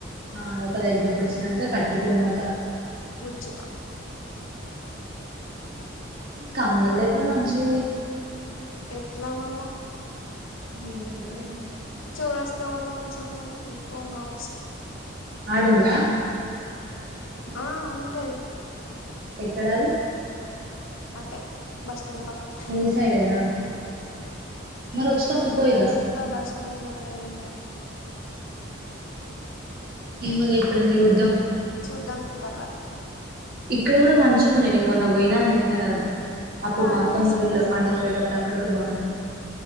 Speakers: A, on the right (about 50°); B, on the left (about 80°).
A: ఆ అక్క దగ్గరకి వచ్చినంక కట్టుకునంక
B: ముచ్చట <inaudible>
A: కమ్మల్ లేవే మంచిువి
B: ఎట్లా మళ్ళా
A: ఏంద ఏం
B: చోరు వస్తే పోతే మంచిగా ఉండ కాని పోం కావచ్చు
A: ఆడుందా
B: ఆ ఉంటాయి
A: ఎక్కడాది
B: అంటే మస్ పక్క
A: మీ సైడేనా మరి వచ్చేటప్పుడు పోయిరా
B: బస్ ౌన్ గట్లా ఏకా
A: ఏమోలే ఎప్పుడైనా చూద్దాం
B: చూద్దం తర్వాత
A: ఇక్కడ కూడా మంచిగాన్నాయి నేను మొన్న పోయినా అని చెప్పినా కదా అప్పుడు
B: మరి ఆడనే
A: మాత్తమ్ములులో పండుగ పోయటప్పుడు ఇప్పుడు అక్కడ కూడా బాగుంది